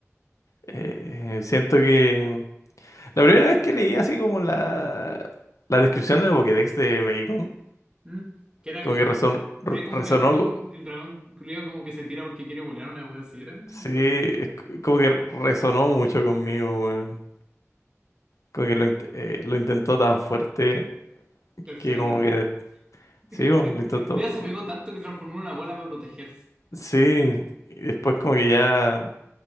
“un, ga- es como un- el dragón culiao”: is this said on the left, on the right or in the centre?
Right